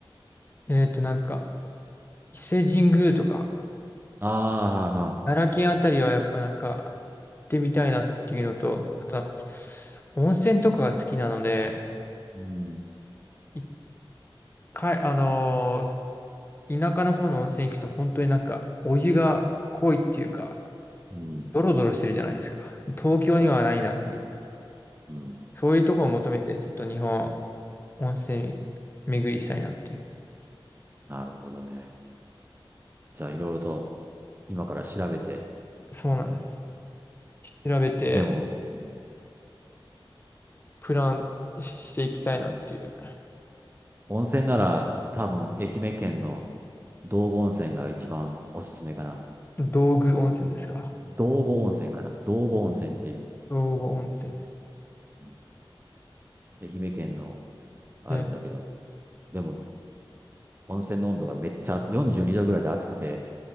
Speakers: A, on the left; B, on the right.
A: えっとなんか伊勢神宮とか、
B: ああー、はーは
A: 奈良県あたりはやっぱなんか行ってみたいなっていうのと、
B: ー
A: あとなんか温泉とかが好きなので、
B: うん。うん
A: 一回、あのー田舎の方の温泉行くと本当になんかお湯が濃いっていうか、
B: うん。
A: ドロドロしてるじゃないですか。東京にはないなっていう。
B: うん。
A: そういうとこを求めて、ちょっと日本、温泉巡りしたいなっていう。
B: なるほどね。じゃあ、いろいろと今から調べて。
A: そうなんです。調べて、
B: でも、うん
A: プランししていきたいなっていう。
B: 温泉なら多分愛媛県の道後温泉が一番おすすめかな。
A: 道具温泉ですか。
B: 道後温泉かな。道後温泉っていう、
A: 道具温泉。
B: うん愛媛県のあるんだけど、
A: え、
B: でも、温泉の温度がめっちゃ暑い、42度ぐらいで暑くて、